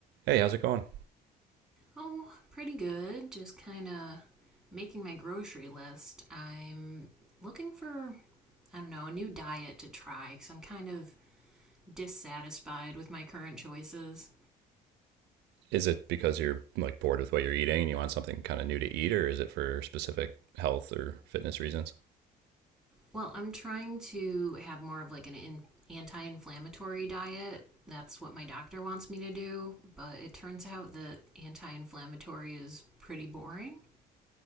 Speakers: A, on the right; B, in the centre.
A: Hey, how's it going?
B: Oh, pretty good. Just kind of making my grocery list. I'm looking for, I don't know, a new diet to try because I'm kind of dissatisfied with my current choices.
A: Is it because you're like bored with what you're eating and you want something kind of new to eat, or is it for specific health or fitness reasons?
B: Well, I'm trying to have more of like an in- anti inflammatory diet. That's what my doctor wants me to do, but it turns out that anti inflammatory is pretty boring.